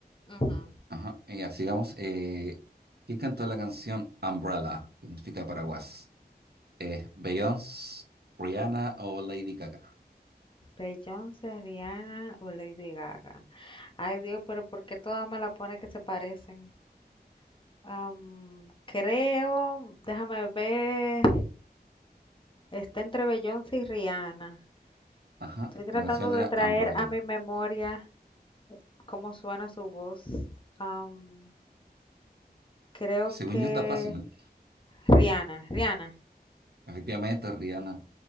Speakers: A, on the left; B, on the right.
A: Ujú.
B: Ajá, y ya sigamos. Eh, ¿quién cantó la canción Umbrella, que significa paraguas? Eh, ¿Beyoncé, Rihanna o Lady Gaga?
A: Beyoncé, Rihanna o Lady Gaga. Ay Dios, pero ¿por qué todas me la pone que se parecen? Am, creo, déjame ver, está entre Beyoncé y Rihanna.
B: Ajá,
A: Estoy tratando
B: la canción era
A: de traer
B: Umbrella.
A: a mi memoria cómo suena su voz. Am, Creo
B: Según
A: que
B: yo está fácil, ¿eh?
A: Rihanna, Rihanna.
B: Efectivamente, Rihanna.